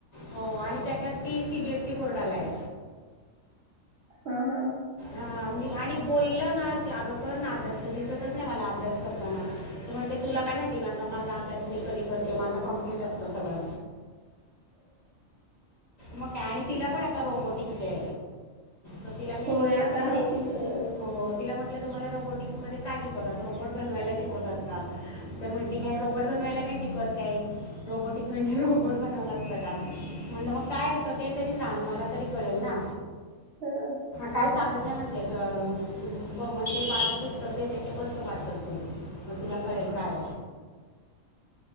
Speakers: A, on the left; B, on the right.
A: हो. आणि त्याच्यात ती सीबीएससी बोर्डालाय.
B: हां हां.
A: हां मी आणि बोलं ना की अगं कर ना अभ्यास तू दिसतच नाही मला अभ्यास करताना. तर म्हणते तुला काय माहिती की माझा माझा अभ्यास मी कधी करते. माझं कम्प्लीट असतं सगळं. मग काय, आणि तिला पण आता रोबोटिक्से. तर तिला मी
B: होय
A: विचारलं.
B: आता आहे की सगळं
A: हो. तिला म्हटल तुम्हाला रोबोटिक्स मध्ये काय शिकवतात. रोबट बनवायला शिकवतात का? तर म्हंटली हे रोबट बन बनवायला नाही शिकत काई रोबोटिक्स म्हणजे रोबोट बनवण असतं का? म्हणल मग काय असत ते तरी सांग. मला तरी कळेल ना.
B: ह
A: काय सांग <unintelligible> म्हनते त म म्हणजे माझ पुस्तक देते ते बसं वाचत तू, मग तुला कळेल. काय